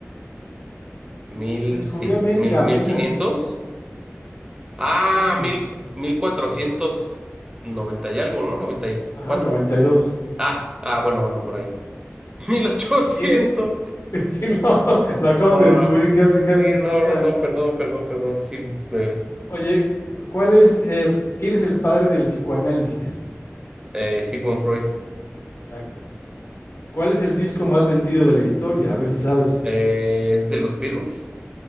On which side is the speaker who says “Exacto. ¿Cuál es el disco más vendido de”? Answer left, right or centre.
Left